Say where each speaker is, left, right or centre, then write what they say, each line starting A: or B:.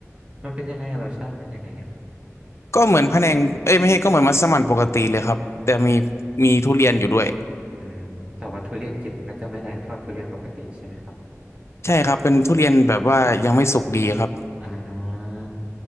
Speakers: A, on the right; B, on the left.
A: มันเป็นยังไงอะรสชาติเป็นยังไงอ่ะ
B: ก็เหมือนพะแนงเอ้ยไม่ใช่ก็เหมือนมัสมั่นปกติเลยครับแต่มีมีทุเรียนอยู่ด้วย
A: อืมแต่ว่าทุเรียนกลิ่นมันก็จะไม่แรงเท่าทุเรียนปกติใช่ไหมครับ
B: ใช่ครับเป็นทุเรียนแบบว่ายังไม่สุกดีครับ
A: อ่า